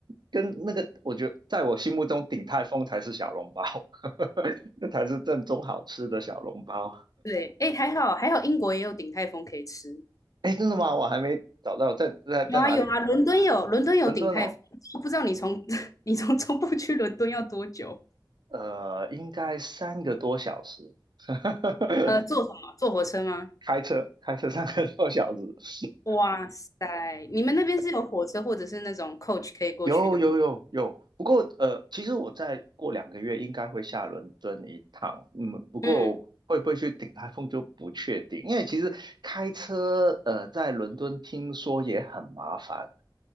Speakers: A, on the right; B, on the left.
A: 跟那个，我觉得在我心目中鼎泰丰才是小笼包，<laughs> 那才是正宗好吃的小笼包。
B: 对，哎，还好还好，英国也有鼎泰丰可以吃。
A: 哎，真的吗？我还没找到，在在在哪里？
B: 有啊有啊，伦敦有伦敦有鼎泰丰，
A: 伦敦哦，
B: 我不知道你从 <laughs> 你从中部去伦敦要多久？
A: 呃，应该三个多小时，<laughs>
B: 呃，坐什么？坐火车吗？
A: 开车开车三个多小时。
B: 哇塞，你们那边是有火车或者是那种 coach 可以过去的吗？
A: 有有有有，不过呃，其实我再过两个月应该会下伦敦一趟，嗯，不过会不会去顶台风就不确定，
B: 嗯
A: 因为其实开车呃在伦敦听说也很麻烦，